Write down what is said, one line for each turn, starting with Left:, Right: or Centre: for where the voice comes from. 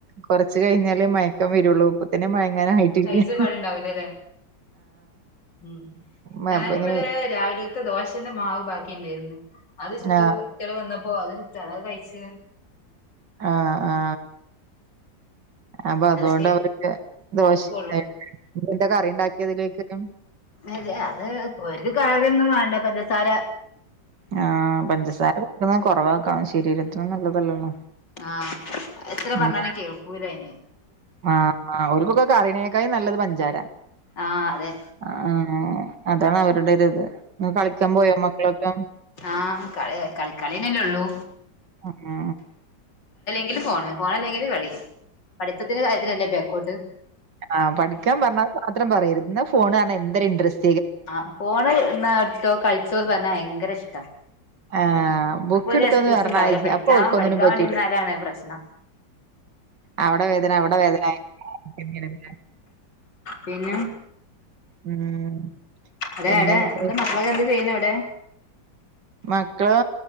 Right: കൊറച്ച് കഴിഞ്ഞാലേ മയക്കം വരുള്ളൂ പിന്നെ മയങ്ങാനായിട്ടില്ല്യാ
Left: കഴിച്ച പാട് ഇണ്ടാവൂലല്ലേ ഉം
Right: മ-
Left: ഞാനിവിടെ
Right: അപ്പൊ ഇങ്ങനെ
Left: രാവിലത്തെ ദോശേന്റെ മാവ് ബാ ക്കിണ്ടേരുന്ന് അത് ചുട്ടും
Right: ആ
Left: ട്ട്യള് വന്നപ്പോ അത് ചുട്ട് അത് കഴിച്ച്
Right: ആ ആ അപ്പ അതോണ്ട്
Left: അതൊക്കെ
Right: അവർക്ക്
Left: നടക്കുള്ളൂ
Right: ദോശ ഇണ്ടാരുന്ന് <unintelligible> കറി ഇണ്ടാക്കി ക്കിതിലേക്കില്ലം
Left: അതെ അത് ഒര് കറിയൊന്നും വേണ്ട പഞ്ചസാര
Right: ആ പഞ്ചസാര കൊടുക്കണ കൊറവാക്കണം ശരീരത്തിന് നല്ലതല്ലല്ലോ
Left: ആ എത്ര പറഞ്ഞാലും
Right: ഉം
Left: കേൾക്കൂലയിന്
Right: ആ ആ ഓരുക്കൊക്ക കറീനേക്കായും നല്ലത് പഞ്ചാര
Left: ആഹ് അതെ
Right: ആ അതാണ് അവരുടെ ഒരിത് ആ കളിക്കാൻ പോയാ മക്കളൊക്ക?
Left: ആഹ് കളി കളി കളിയന്നെല്ലേ ഉള്ളൂ
Right: അ ആ
Left: ഇല്ല ഫോണ് ഫോണല്ലെങ്കില് കളി പഠിത്തത്തിന്റെ കാര്യത്തിലല്ലേ ബേക്കോട്ട്
Right: ആ പഠിക്കാൻ പറഞ്ഞാ അത് മാത്രം പറയരു എന്നാ ഫോണ് കാണാൻ എന്തൊരു ഇൻട്രസ്
Left: ആ ഫോണ് ഇന്നാ എടുത്തോ കളിച്ചോന്ന് പറഞ്ഞാ ഭയങ്കര ഇഷ്ടാ
Right: ആ ബുക്ക്
Left: അപ്പൊ ഒരു
Right: ഇടുത്തോന്ന്
Left: എക്സ്ക്യൂസ്
Right: പറഞ്ഞായി
Left: ഉണ്ടാവില്ല പഠിക്കാൻ
Right: അപ്പൊ ഓല്ക് ഒന്നിനും
Left: പഠിക്കാൻ
Right: പറ്റൂല
Left: വേണ്ടിയിരുന്നാലാണ് പ്രശ്നം
Right: അവിടെ വേദന അവിടെ വേദന ഇങ്ങനന്നെ
Left: പിന്നെ
Right: ഉം
Left: എടെ
Right: പിന്നെ
Left: എടെ
Right: എന്നിട്ട്
Left: ന്റ മക്കളൊക്കെ എന്ത് ചെയ്യുന്നു എവിടെ?
Right: മക്കള്